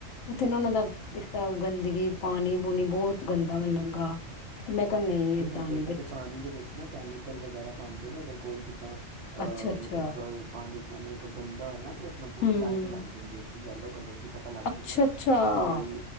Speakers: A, on the left; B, on the right.
A: ਉੱਥੇ ਨਾ ਉਹਨਾਂ ਦਾ ਇੱਕ ਤਾਂ
B: ਅੱਛਾ
A: ਗੰਦਗੀ ਪਾਣੀ <unintelligible> ਬਹੁਤ ਗੰਦਾ ਮੈਨੂੰ ਲੱਗਾ ਤੇ ਮੈਂ ਕਿਹਾ ਨਹੀਂ ਏਦਾਂ
B: ਸਾਡੇ
A: ਨਹੀਂ
B: ਇੱਥੇ
A: ਬੱਚੇ
B: ਤੇ ਪਾਣੀ ਦੇ ਵਿੱਚ ਨਾ ਕੈਮੀਕਲ ਵਗੈਰਾ ਪਾਂਦੇ ਨੇ ਅਗਰ ਕੋਈ ਜਿੱਦਾਂ ਅ
A: ਅੱਛਾ ਅੱਛਾ
B: ਮਤਲਬ ਪੰਜ ਪਾਣੀ ਅਗਰ ਗੰਦਾ ਹੋਏ ਨਾ ਆਪਣਾ ਪੂਰੀ
A: ਹੂੰ
B: ਲਾਈਨ ਬਣ ਜਾਂਦੀ ਉਥੇ ਯੈਲੋ ਕਲਰ ਦੀ ਪਤਾ ਲੱਗ
A: ਅੱਛਾ
B: ਜਾਂਦਾ
A: ਅੱਛਾ
B: ਕਿ ਬਈ